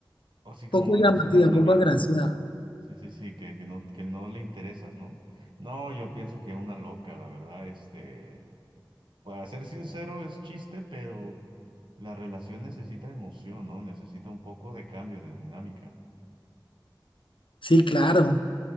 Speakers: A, on the right (about 70°); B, on the left (about 80°).
A: o así como
B: Poco llamativa,
A: emocional también,
B: poco agraciada.
A: ¿no? Sí, sí, sí, que, que no, que no le interesas, ¿no? No, yo pienso que una loca, la verdad, este, para ser sincero, es chiste, pero la relación necesita emoción, ¿no? Necesita un poco de cambio, de dinámica.
B: Sí, claro.